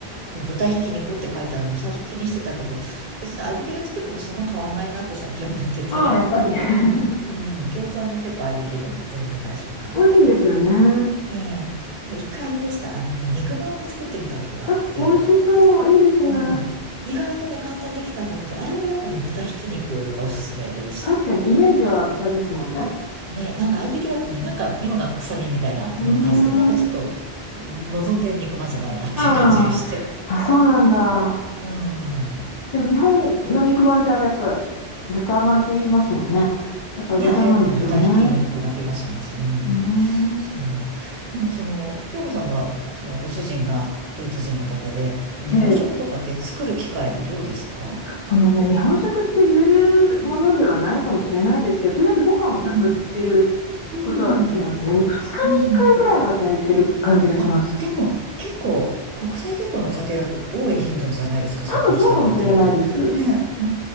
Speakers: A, on the right; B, on the left.
A: こう、豚ひき肉って書いてあるのを最初気にしてたけど、別に合いびきで作ってもそんな変わんないなって最近思ってて。
B: ああ、やっぱり。<laughs>
A: うん。餃子も結構合いびきでも全然大丈夫かな。
B: 美味しいですよね。
A: ねえ。でも一回あれでした。あのね、肉まんを作ってみたことがあって、
B: あ、美味しそう。いいですね。
A: うん。意外とね、簡単にできたんだけど、あれはやっぱね、豚ひき肉がおすすめでした。
B: 確かにイメージは豚ですもんね。
A: ね、なんか合いびきだとね、なんか妙な臭みみたいなのを感じて、
B: うーん、
A: なんかちょっと望んで肉まんじゃないなっていう感じがして。
B: まあ、あ、そうなんだ。
A: うん。
B: でも日本の肉まんってあれやっぱ豚まんって言いますもんね。だから豚なんでしょうね。
A: ね、あれやっぱね、豚ひき肉な気がします。うん。
B: うーん。
A: そう。でもその、京子さんは、そのご主人がドイツ人の方で、その日本食とかって作る機会どうですか
B: で、なんかそのね、日本食って言えるものではないかもしれないですけど、とりあえずご飯を炊くっていう
A: うん。うん。
B: ことはしてますね。2日に1回ぐらいは炊いてる感じがします。
A: うん。あ、でも結構、国際結婚の家庭だと多い頻度じゃないですか、
B: 多分そうかもしれないです。
A: それどちらかというと。ね、う